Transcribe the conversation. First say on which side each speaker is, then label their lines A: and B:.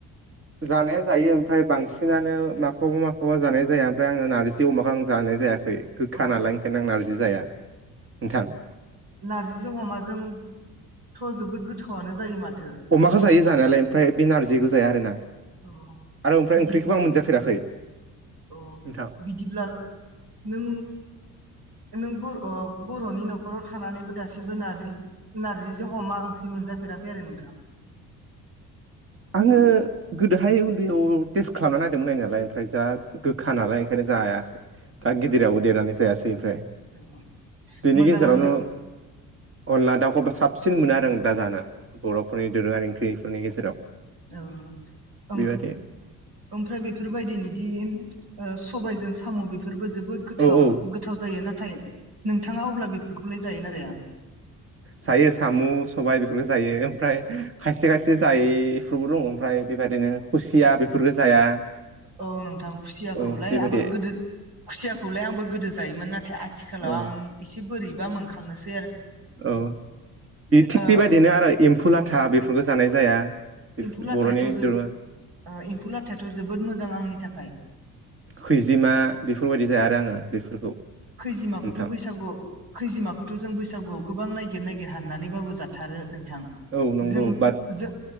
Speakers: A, on the right; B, on the right.
A: जानाया जायो ओमफ्राय बांसिनानो माखौबा माखौबा जानाय जाया ओमफ्राय आङो नारजि अमाखौ आं जानाय जाया। गोखा
B: औ
A: नालाय ओंखायनो आं नारजि जाया नोंथां।
B: नार्जिजों अमाजोंथ' जोबोद गोथावानो जायो माथ
A: अमाखौ जायो जानायालाय ओमफ्राय बे नारजिखौ जाया आरो ना।
B: औ
A: आरो ओमफ्राय
B: बिदि
A: ओंख्रिखौबो आं मोनजाफेराखै।
B: औ
A: नोंथां
B: बिदिब्ला नों नोंबो बर'नि न'खराव थानानैबो दासिमबो नारजि नारजि अमा ओंख्रि मोनजाफेराखै आरो नोंथां?
A: आङो गोदोहाय उन्दैयाव टेस्ट खालामना नायदोंमोन नायनायालाय ओमफ्राय जा गोखा नालाय ओंखायनो जायासै। दा गिदिरावबो
B: औ
A: देरनानै जायासै ओमफ्राय
B: औ
A: बेनि
B: मोजां
A: गेजेरावनो
B: नाङो
A: अनला दाउखौबो साबसिन मोनो आरो आं दा जानो बर'फोरनि दोरोङारि ओंख्रिफोरनि गेजेराव।
B: ओम ओम
A: बेबायदि
B: ओमफ्राय बेफोरबायदिनिदि सबायजों साम' बेफोरबो जोबोद गोथाव
A: औ औ
B: गोथाव जायो नाथाय नोंथाङा अब्ला बेफोरखौलाय जायो ना जाया?
A: जायो साम' सबाय बेफोरखौ जायो ओमफ्राय खायसे खायसे जायैफोरबो दङ ओमफ्राय बेबायदिनो खुसिया बेफोरफोरखौ जाया।
B: औ नोंथां खुसियाखौलाय
A: औ बेबायदि
B: आंबो गोदो खुसियाखौलाय आंबो गोदो जायोमोन नाथाय आथिखालाव
A: औ
B: आं एसे बोरैबा मोनखांसै
A: औ थिग
B: ओ
A: बेबायदिनो आरो एम्फौ लाथा बेफोरखौ जानाय जाया। बेफोर
B: एम्फौ लाथायाथ'
A: बर'नि
B: जोबोद
A: दोरोङा
B: एम्फौ लाथायाथ' जोबोद मोजां आंनि थाखाय।
A: खैजिमा बेफोरबायदि जाया आरो आङो बेफोरखौ।
B: खैजिमाखौथ'
A: नोंथां
B: बैसागु खैजिमाखौथ' जों बैसागु गोबां नायगिर नायगिर हाननानैबाबो जाथारो नोंथां
A: औ नंगौ
B: जों
A: बाट
B: जों।